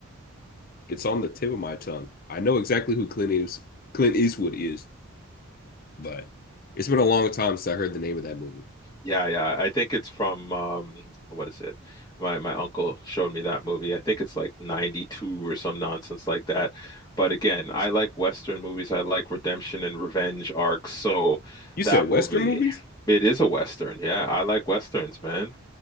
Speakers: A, on the left; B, on the left.
A: It's on the tip of my tongue. I know exactly who Clint is, Clint Eastwood is, but it's been a long time since I heard the name of that movie.
B: Yeah, yeah. I think it's from um what is it? My my uncle showed me that movie. I think it's like 92 or some nonsense like that. But again, I like Western movies. I like redemption and revenge arcs. So
A: You said
B: that movie,
A: Western movies?
B: it is a Western. Yeah, I like Westerns, man.